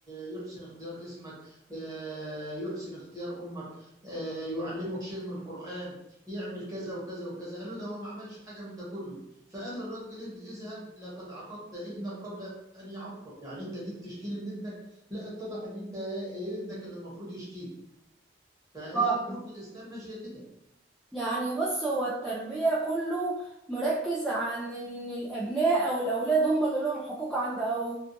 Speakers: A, on the right (about 20°); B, in the centre.
A: يحسن اختيار اسمك آه، يحسن اختيار امك آه، يعلمك شيء من القران يعمل كذا وكذا وكذا قال له ده هو ما عملش حاجه من ده كله فقال للراجل اذهب لقد عاقبت ابنك قبل ان يعقك يعني انت جيت تشكيلي من ابنك لا اتضح ان انت آه، آه، ابنك اللي المفروض يشكيك فهي
B: اه
A: الامور في الاسلام ماشيه كده
B: يعني بص هو التربية كله مركز عن ان الابناء او الاولاد هم اللي لهم حقوق عند او